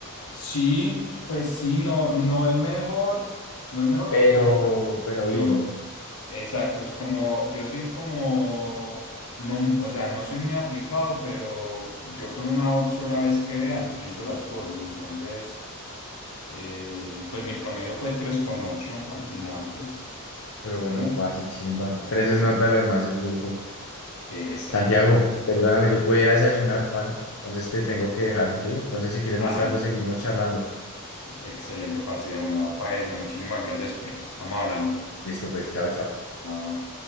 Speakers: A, on the left; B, on the left.
A: sí, pues sí, no, no el mejor, no el mejor
B: Pero,
A: porque, o sea,
B: pero
A: yo,
B: bien.
A: exacto, es como, yo soy como, no, o sea, no soy muy aplicado, pero yo con una sola vez que vea entiendo las cosas, entonces, eh, pues mi promedio fue tres coma ocho al final, pues,
B: Pero
A: no
B: bueno,
A: mucho,
B: parce, chimba.
A: pero
B: Tres
A: me defiendo.
B: es nota, lo demás es lujo.
A: Exacto,
B: Santiago,
A: eso.
B: perdóname, yo voy a ir a desayunar, pana. Entonces te tengo que dejar, ¿sí? Entonces si quieres
A: hágale,
B: más tarde seguimos charlando.
A: excelente parce, de una papa esa, muchísimas gracias, pues, estamos hablando.
B: Listo, pues, chao, chao.
A: no.